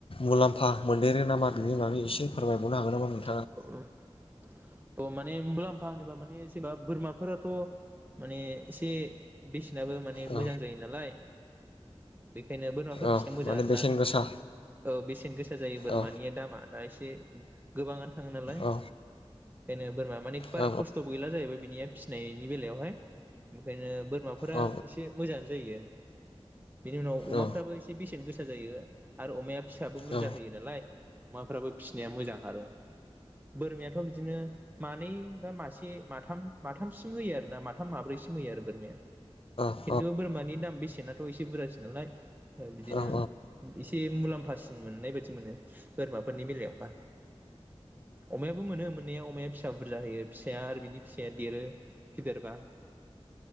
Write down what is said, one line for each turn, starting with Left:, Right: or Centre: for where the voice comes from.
Left: मुलाम्फा मोनदेरो नामा बेनि बागै एसे फोरमायबावनो हागोन नामा नों
Right: <unintelligible> त माने मुलाम्फा होनोबा माने जेनबा बोरमाफोराथ माने एसे बेसे बिसिनाबो माने
Left: औ
Right: मोजां जायो नालाय बेखायनो बोरमाफोर
Left: औ
Right: फिसिनो मोजां
Left: माने
Right: आरोना
Left: बेसेन गोसा
Right: ओ बेसेन गोसा जायो बोरमानि
Left: औ
Right: दामा दा एसे गोबाङानो थाङो नालाय बेखायनो
Left: औ
Right: बोरमा मानिे बारा
Left: औ
Right: खस्थबो गैला जाहैबाय बेनिया फिसिनायनि बेलायावहाय बिनिखायनो बोरमाफोरा
Left: औ
Right: एसे मोजांआनो जायो। बेनिउनाव अमाफ्राबो
Left: औ
Right: एसे बेसेन गोसा जायो आरो अमाया फिसाबो बुरजा
Left: औ
Right: होयो नालाय अमाफ्राबो फिसिनाया मोजां आरो। बोरमायाथ बिदिनो मानै बा मासे माथाम माथामसिम होयो आरोना माथाम माब्रैसिम होयो आरो बोरमाया
Left: औ
Right: खिन्थु बोरमानि दाम बेसेना थाव एसे बुरजासि नालाय बिदिनो
Left: औ
Right: एसे मुलाम्फा बुरजासिन मोननाय बायदि मोनो। बोरमाफोरनि बेलायावबा अमायाबो मोनो मोननाया अमाया फिसा बुरजा होयो फिसाया आरो बिनि फिसाया देरो फिदेरबा